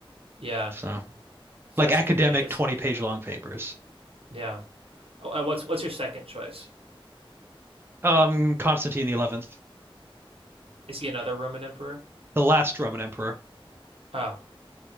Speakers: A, on the right (about 85°); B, on the right (about 25°).
A: yeah,
B: So
A: so
B: like
A: that's
B: academic
A: a good pick. It's
B: 20 page long papers.
A: yeah. Oh, uh, what's what's your second choice?
B: Um, Constantine the 11th,
A: Is he another Roman emperor?
B: the last Roman emperor.
A: Oh,